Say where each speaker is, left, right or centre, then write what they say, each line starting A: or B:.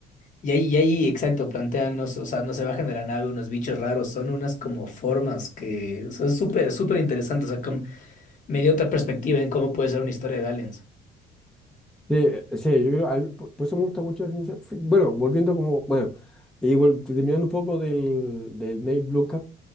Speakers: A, on the left; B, in the centre.
A: Y ahí, y ahí, exacto, plantean, no s- o sea, no se bajan de la nave unos bichos raros, son unas como formas que, o sea, es súper, súper interesante, o sea, como, me dio otra perspectiva en cómo puede ser una historia de aliens.
B: Sí, sí, yo creo, a mí, por por eso me gusta mucho la ciencia fic- Bueno, volviendo como, bueno, y vol- terminando un poco del, del Neil Blomkamp,